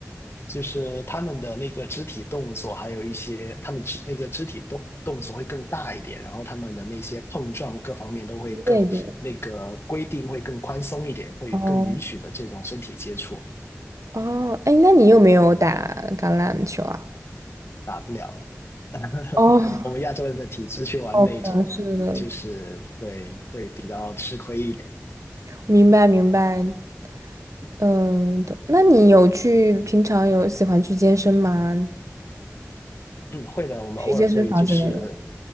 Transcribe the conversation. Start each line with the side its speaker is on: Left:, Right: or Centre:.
Left: 就是他们的那个肢体动作，还有一些他们肢那个肢体动动作会更大一点，然后他们的那些碰撞各方面都会更那个规定会更宽松一点，
Right: 那边。
Left: 会更允许的这种身体接触。
Right: 哦哦，哎，那你有没有打橄榄球啊？
Left: 打不了，<laughs>
Right: 哦，
Left: 我们亚洲人的体质去玩那种，
Right: 好的，是的，
Left: 就是对，会比较吃亏一点。
Right: 明白明白，嗯，懂那你有去平常有喜欢去健身吗？
Left: 嗯，会的，我们偶尔会就是，
Right: 去健身房之类的。